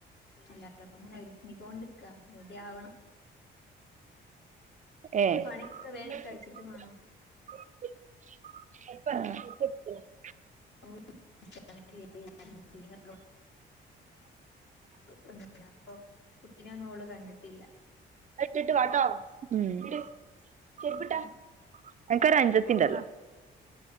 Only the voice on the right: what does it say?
ഏ
<unintelligible>
ഇട്ടിട്ട്ട്ടോെ
അനക്കൊരു അന്ജതി
ണ്ടല്ലോ